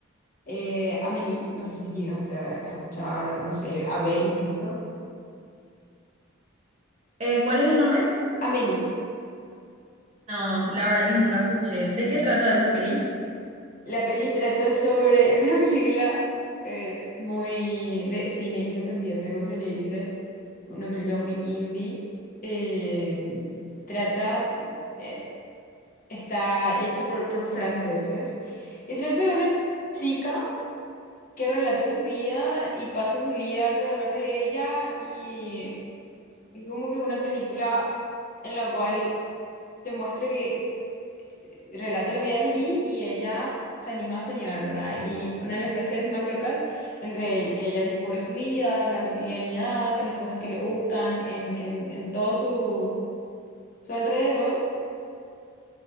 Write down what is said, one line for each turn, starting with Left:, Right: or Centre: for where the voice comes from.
Left: eh, Amélie. No sé si llegaste a a escuchar, a conocer, a ver incluso.
Right: Eh, ¿cuál es el nombre?
Left: Amélie.
Right: No, la verdad que nunca escuché. ¿De qué trata esa peli?
Left: La peli trata sobre... <laughs> Es una película eh, muy de cine independiente, como se le dice. Una película muy indie. eh, trata... eh, Está hecha por, por franceses y trata de una chica que relata su vida y pasa su vida alrededor de ella y es como que una película en la cual te muestra que relata la vida de Mary y ella se anima a soñar, ¿verdad? Y una de las frases más locas entre que ella descubre su vida en la cotidianidad, en las cosas que le gustan, en, en, en todo su, su alrededor,